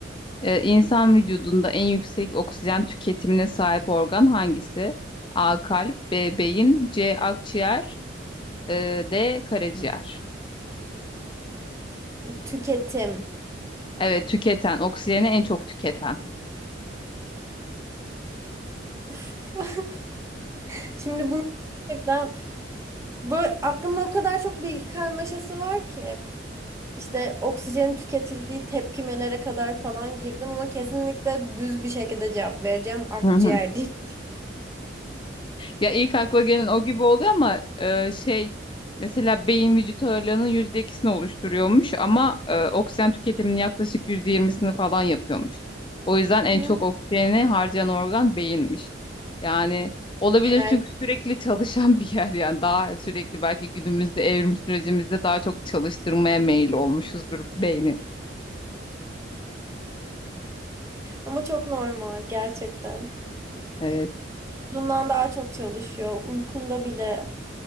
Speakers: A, on the left (about 25°); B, on the right (about 15°).
A: Ee, insan vücudunda en yüksek oksijen tüketimine sahip organ hangisi? A. Kalp, B. Beyin, C. Akciğer, e, D. Karaciğer.
B: Tüketim.
A: Evet tüketen, oksijeni en çok tüketen.
B: Üf. <laughs> Şimdi bunu gerçekten böyle aklımda o kadar çok bilgi karmaşası var ki. İşte oksijenin tüketildiği tepkimelere kadar falan girdim ama kesinlikle düz bir şekilde cevap vereceğim. Akciğer
A: <laughs>
B: değil.
A: Ya ilk akla gelen o gibi oluyor ama e, şey mesela beyin vücut ağırlığının yüzde ikisini oluşturuyormuş ama e, oksijen tüketiminin yaklaşık yüzde yirmisini falan yapıyormuş. O yüzden en
B: <laughs>
A: çok
B: Hı?
A: oksijeni harcayan organ beyinmiş. Yani olabilir
B: Genel.
A: çünkü sürekli çalışan bir yer yani daha sürekli belki günümüzde evrim sürecimizde daha çok çalıştırmaya meyil olmuşuzdur beyni.
B: Ama çok normal gerçekten.
A: E,
B: Bundan daha çok çalışıyor. Uykunda bile